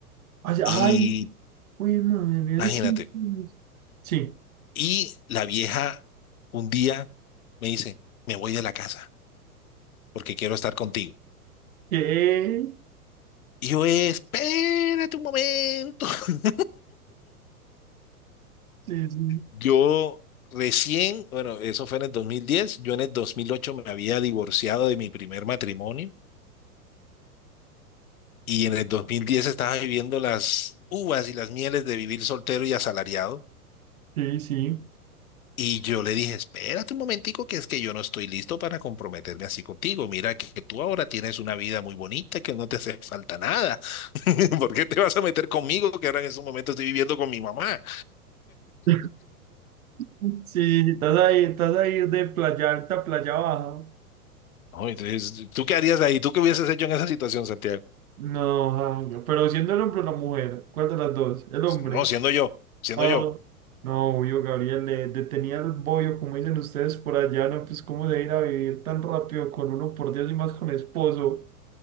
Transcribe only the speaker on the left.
Y
imagínate,
y la vieja un día me dice, me voy de la casa porque quiero estar contigo.
Y yo, espérate un momento. <laughs>
Yo recién, bueno, eso fue en el 2010. yo en el 2008 me había divorciado de mi primer matrimonio y en el 2010 estaba viviendo las uvas y las mieles de vivir soltero y asalariado.
Y yo le dije, espérate un momentico, que es que yo no estoy listo para comprometerme así contigo. Mira que, que tú ahora tienes una vida muy bonita, que no te hace falta nada. <laughs> ¿Por qué te vas a meter conmigo, que ahora en esos momentos estoy viviendo con mi mamá?
No, entonces, ¿tú qué harías ahí? ¿Tú qué hubieses hecho en esa situación, Santiago?
Pues, No, siendo yo, siendo
yo.